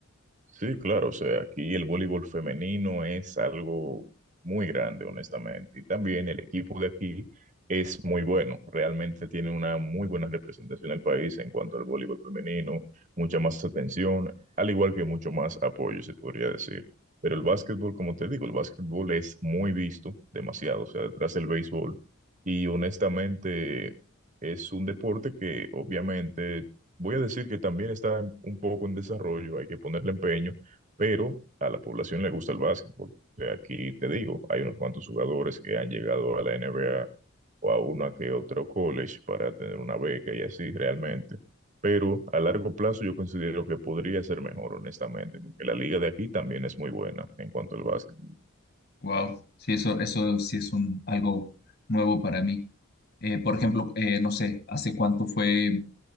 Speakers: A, on the right; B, on the left.
A: Sí, claro, o sea, aquí el voleibol femenino es algo muy grande, honestamente, y también el equipo de aquí es muy bueno, realmente tiene una muy buena representación en el país en cuanto al voleibol femenino, mucha más atención, al igual que mucho más apoyo, se podría decir. Pero el básquetbol, como te digo, el básquetbol es muy visto, demasiado, o sea, detrás del béisbol, y honestamente es un deporte que obviamente Voy a decir que también está en- un poco en desarrollo, hay que ponerle empeño, pero a la población le gusta el básquetbol. O sea, aquí te digo, hay unos cuantos jugadores que han llegado a la NBA o a una que otro college para tener una beca y así realmente. Pero a largo plazo yo considero que podría ser mejor, honestamente, porque la liga de aquí también es muy buena en cuanto al básquetbol.
B: Wow, sí, eso, eso sí es un, algo nuevo para mí. Eh, por ejemplo, eh, no sé, ¿hace cuánto fue,